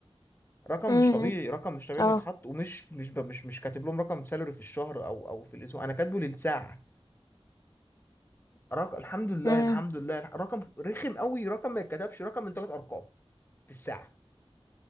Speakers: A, on the left; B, on the left.
A: رقم
B: أمم،
A: مش طبيعي رقم مش طبيعي
B: اه
A: انه يتحط ومش مش ب- مش مش كاتب لهم رقم سالري في الشهر او او في الاسبوع انا كاتبه للساعه رقم الحمد لله
B: أمم.
A: الحمد لله الح- رقم رخم قوي رقم ما يتكتبش رقم من ثلاث ارقام في الساعه